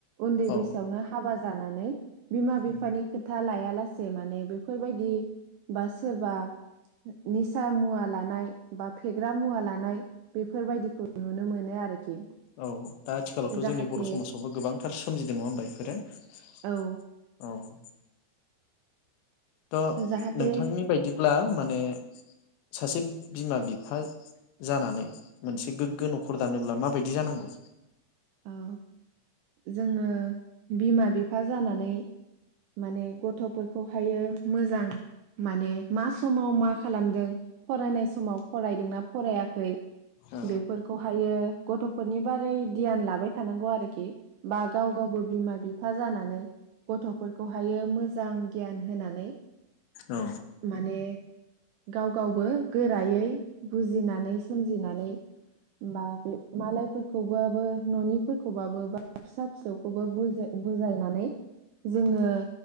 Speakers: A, on the right; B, on the left.
A: उन्दै
B: औ
A: बैसोआवनो हाबा जानानै बिमा बिफानि
B: औ
A: खोथा लायालासे। से माने बेफोरबायदि बा सोरबा निसा मुवा लानाय बा फेग्रा मुवा लानाय बेफोरबायदिखौ नुनो मोनो। आरोखि
B: औ दा आथिखालावथ'
A: जाहाथे
B: जोंनि बर' समाजावबो गोबांथार सोमजिदों नङा होमबा बेफोरो
A: औ
B: औ। <inaudible> थ'
A: जाहाथे
B: नोंथांनि बायदिब्ला माने माने सासे बिमा बिफा जानानै मोनसे गोग्गो न'खर दानोब्ला माबायदि जानांगौ?
A: औ। जोङो बिमा बिफा जानानै माने गथ'फोरखौहायो मोजां माने मा समाव मा खालामदों फरायनाय समाव फरायदोंना फरायाखै?
B: औ
A: बेफोरखौहायो गथ'फोरनि बारै धियान लाबाय थानांगौ आरोखि बा गाव गावबो बिमा बिफा जानानै गथ'फोरखौहाय मोजां गियान होनानै
B: औ
A: माने गाव गावबो गोरायै बुजिनानै सोमजिनानै बा बे मालायफोरखौबो बो न'निफोरखौबाबो बा फिसा फिसौखौबो बुजा बुजायनानै जोङो